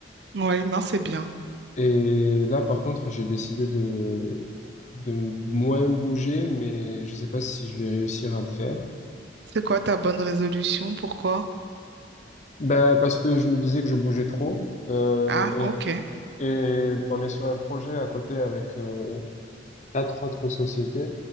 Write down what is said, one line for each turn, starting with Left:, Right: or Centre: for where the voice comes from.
Right: ouais, non, c'est bien.
Left: Et là, par contre, j'ai décidé de, de moins bouger, mais je sais pas si je vais réussir à le faire.
Right: C'est quoi ta bonne résolution? Pourquoi?
Left: Ben, parce que je me disais que je bougeais trop. Euh,
Right: Ah, ok,
Left: et, et on est sur un projet à côté avec euh, quatre autres sociétés